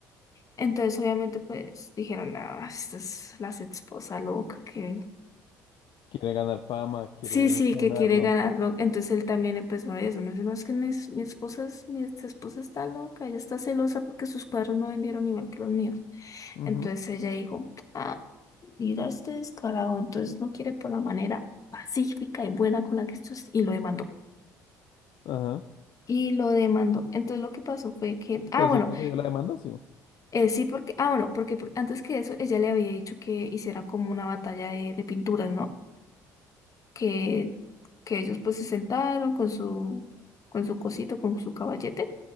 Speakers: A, on the left; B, on the left.
A: Entonces, obviamente, pues dijeron, ah, esta es la esposa loca que
B: Quiere ganar fama, quiere
A: Sí, sí,
B: ponerlo
A: que quiere ganarlo. Entonces él también empezó a eso. No sé, no, es que mi, es- mi esposa es, mi ex esposa está loca, ella está celosa porque sus padres no vendieron igual que los míos.
B: Ujú,
A: Entonces ella dijo, ah, mira este descarado, entonces no quiere por la manera pacífica y buena con la que esto es, y lo demandó.
B: Ajá.
A: Y lo demandó. Entonces lo que pasó fue que, ah,
B: Pero
A: bueno,
B: sí procedió la demanda, sí.
A: eh, sí, porque, ah, bueno, porque pr- antes que eso, ella le había dicho que hicieran como una batalla de, de pinturas, ¿no? que, que ellos pues se sentaron con su, con su cosito, con su caballete